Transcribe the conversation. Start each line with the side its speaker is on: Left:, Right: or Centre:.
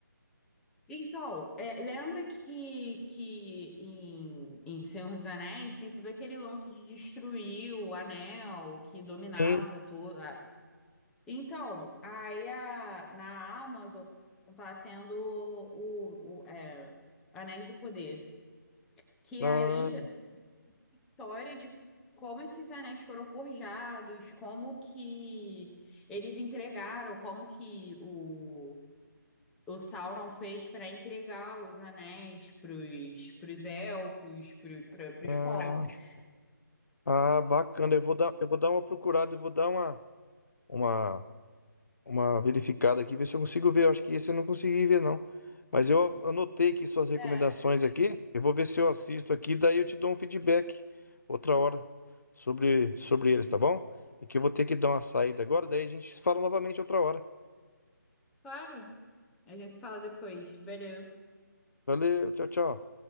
Centre: Então, é, lembra que, que em, em Senhor dos Anéis tem todo aquele lance de destruir o anel que dominava
Left: Sim.
Centre: toda. Então, aí a- na Amazon tá tendo o, o é, Anéis do Poder. Que
Left: Ah,
Centre: aí história de como esses anéis foram forjados, como que eles entregaram, como que o, o Sauron fez para entregar os anéis para os elfos, para os
Left: ah,
Centre: povos.
Left: ah, bacana. Eu vou dar, eu vou dar uma procurada, eu vou dar uma, uma, uma verificada aqui, ver se eu consigo ver. Eu acho que esse eu não consegui ver, não. Mas eu anotei aqui suas recomendações
Centre: É,
Left: aqui. Eu vou ver se eu assisto aqui, daí eu te dou um feedback outra hora sobre, sobre eles, tá bom? E que eu vou ter que dar uma saída agora, daí a gente fala novamente outra hora.
Centre: claro. A gente se fala depois. Valeu.
Left: Valeu, tchau, tchau.